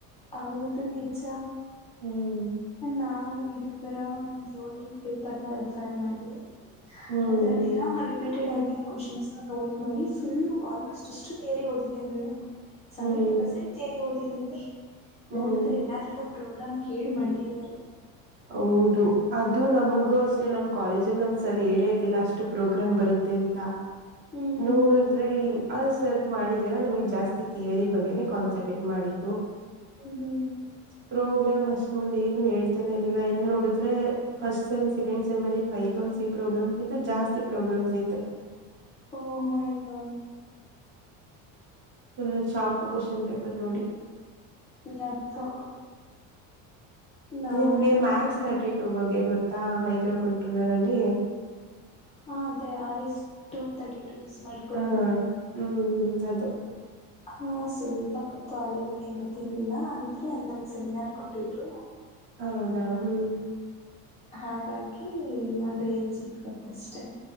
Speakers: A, on the left; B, on the right.
A: ಹೌದು ನಿಜ
B: ಹ್ಮ್
A: ನಾನು ಇರ ಒಂದ ಏಂ ಪೇಪರ್ ನ ರೆಫರ್ ಮಾಡಿ
B: ಹ್ಮ್
A: ಅದ್ರಲ್ಲಿ ನ ರಿಪೀಟ್ ಆಿರೋ ಕ್ವನ್ ನೋಟ್ ಮಾಡಿ ಫುಲ್ ಆಲ್ಮೋಸ್ಟ್ ಎಷ್ಟು ೇರಿ ಓದಿದೆ ಅಂದ್ರೆ ಸೆವೆಂಟಿ
B: ಹ್ಮ್
A: ಪರ್ಸೆಂಟ್ ಿಯರಿ ಓದಿದ್ದೀನಿ
B: ಹ್ಮ್
A: ನೋಡಿದ್ರೆ ಎಲ್ಲಾದ್ರಲ್ಲೂ ಪ್ರೋಗ್ರಾಮ್ ಕೇಳಿ ಮಾಡ್ಗಿದ್ದಾರೆ
B: ಹೌದು ಅದು ನಮಗೂ ಅಷ್ಟೇ ನಮ್ ಕಾಲೇಜಲ್ಲಿ ನಮ್ ಸರಿ ಹೇಳಿ ಇರ್ಲಿಲ್ಲ ಅಷ್ಟು ಪ್ರೋಗ್ರಾಮ್ ಬರುತ್ತೆ ಎಂತ
A: ಹ್ಮ್
B: ನೋಡುದ್ರೆ ಇಲ್ ಅ ಸರ್ದ ಮಾಡಿದೇರ ನಮಗ್ ಜಾಸ್ತಿ ಥಿಯರಿ ಬಗ್ಗೆನೇ ಕಾನ್ಸಂಟ್ರೇಟ್ ಮಾಡಿು
A: ಹ್ಮ್ ಹ್ಮ್
B: ಪ್ರೋಗ್ರಾಮ್ ಅಷ್ಟೊ ಒಂದ ಏನು ಹೇಳ್ತ ಎಲ್ಲ ಇಲ್ಲಿ ನೋಡಿದ್ರೆ ಫಸ್ಟ್ ಸೆಮ್ ಸೆಕಂಡ್ ಸೆಮ್ ಅಲ್ಲಿ ಪೈಥೋನ್ ಸಿ ಪ್ರೋಗ್ರಾಮ್ ಕಿಂತ ಜಾಸ್ತಿ ಪ್ರೋಗ್ರಾಮ್ ಜತೆ
A: oh my god
B: full shock question paper ನೋಡಿ
A: ಯಪ್ಪ ನಾನು
B: ನಿಮ್ಗೆ ಮ್ಯಾಕ್ಸ್
A: ಅನ್ಸನ್
B: ತರ್ಟಿ ಟೂ ಬಗ್ಗೆ ಗೊತ್ತ ಅ ಮೈಕ್ರೋ ಕಂಟ್ರೂಲರ್ ಅಲ್ಲಿ
A: ಹ ಅದೇ ಆರ ಎಷ್ಟ ಟು ತರ್ಟಿ ಯೂಸ್ ಮಾಡಿಕೊಂಡು
B: ಹ ಹ್ಮ್ ಅದೇ
A: ಹಾ ಸ್ವಲ್ಪ ಗೊತ್ತು ಆ ಲೆವೆಲ್ಗೆ ಏನ್ ಗೊತ್ತಿರ್ಲಿಲ್ಲ ಅಂದ್ರೆ ಅದ್ ನಂಗ ಸೆಮಿನಾರ್ ಕೊಟ್ಟಿದ್ರು
B: ಹೌದಾ ಹ್ಮ್
A: ಹಾಗಾಗಿ ಒಂದ್ ರೇಂಜ್ ಇಕ್ಕತ್ತಷ್ಟೆ